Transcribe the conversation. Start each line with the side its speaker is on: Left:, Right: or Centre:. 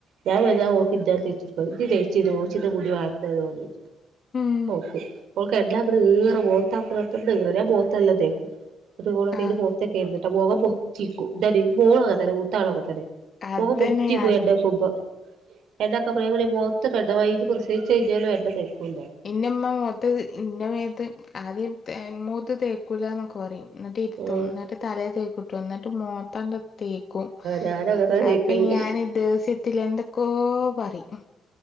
Right: ഞാൻ വന്നാ ഓൾക്ക് <unintelligible> ഇജ്ജി തേച്ചെരോ ഇച്ചിന്റെ മുടി വാണ്ടോ <unintelligible>
Left: ഉം
Right: ഓക്ക് ഓൾക്ക് എണ്ണാക്കണ് ഈറ മോത്താക്ക്‌ണ തന്നെ ഈറ ഞാൻ മോത്തല്ലോം തേക്കും അത് ന്റെ
Left: ആഹ്
Right: മോത്ത് തേക്കരുത്ട്ടോ മുഖം പൊത്തിക്കും ഇന്റെ അനി അങ്ങനെ തന്നെ മുത്താളും അങ്ങനെ തന്നെ
Left: അതന്നെ
Right: മൊഖം പൊത്തിക്കും
Left: ഞാനും
Right: എണ്ണേക്കുമ്പോ എണ്ണൊക്കെ പയെ പോലെ മോത്ത് <unintelligible> പ്രസവിച്ചു കഴിഞ്ഞാലും എണ്ണ തേക്കോലോ
Left: ഇന്നമ്മ മുഖത്ത് ഇന്നെ മേത്ത് ആദ്യം മോത്ത് തേക്കൂലന്നൊക്കെ പറയും എന്നിട്ട്
Right: അപ്പോ
Left: ഇരുത്തും
Right: ആഹ്
Left: എന്നിട്ട് തല തേക്കുട്ടോ എന്നിട്ട് മോത്താണ്ട് തേക്കും
Right: ഞാനങ്ങനെ
Left: അപ്പൊ
Right: തേക്കല്
Left: ഞാൻ ദേസ്യത്തില് എന്തൊക്കോ പറയും.